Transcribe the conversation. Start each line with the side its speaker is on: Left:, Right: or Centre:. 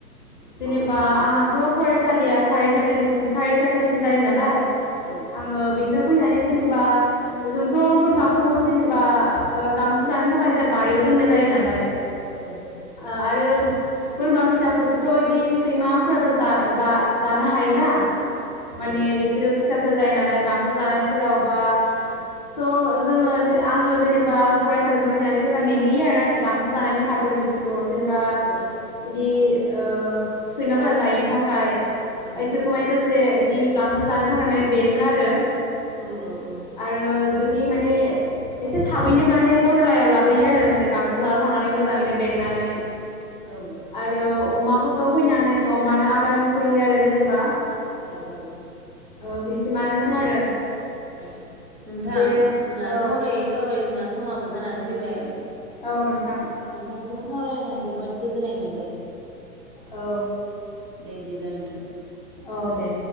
Left: जेनेबा आंहाथ' फरायसा। सालिया साराय सारिथासिम साराय सारिथासिम जायो नालाय।
Right: औ
Left: आङो बेनिनो। फैनानै जेनेबा जोंथ' बोरमाखौ जेनेबा गांसो जानो थाखाय ज बारियाव दोननाय जायो नालाय।
Right: औ।
Left: ओ आरो बोरमा फिसाफोरखौ। थ' बिदि सैमाफोराथ' जा-जा-जानो हायोना।
Right: औ
Left: माने इसोरो। फिसा फिसा जायो नालाय गांसो जानायफोराव बा स' जोङो जेन आङो जेनेबा फरायसालिफ्राय फैनानै जेनेबा नेहैयो आरोना गांसो जानायनि खाथियाव बिसोर। थ' जेनेबा
Right: औ
Left: बिदि। ओ सैमाफोरा जायैनि थाखाय।
Right: औ
Left: इसोरखौ <unintelligible> से इदि गां जानो थाखाय माने बेङो आरो
Right: औ
Left: आरो। जुदि माने एसे थाबैनो माने गन्द्रायाव लाबोयो आरो माने गांसो जाहोखांनानै मोजाङैनो बेंनानै।
Right: औ
Left: आरो। अमाखौथ' फैनानै अमानो आदार होफैयो आरो जेनेबा।
Right: औ औ।
Left: औ बिसिमानोमोन आरो।
Right: औ नोंथां
Left: दे
Right: जोंहा
Left: औ
Right: सावरायै सावरायै जोंहा समाबो जानानै फैबाय।
Left: औ नोंथां
Right: नोंथांजों सावरायलनानै जोबोद। गोजोननाय मोनबाय।
Left: औ।
Right: दे बिदिब्ला नोंथां।
Left: औ दे।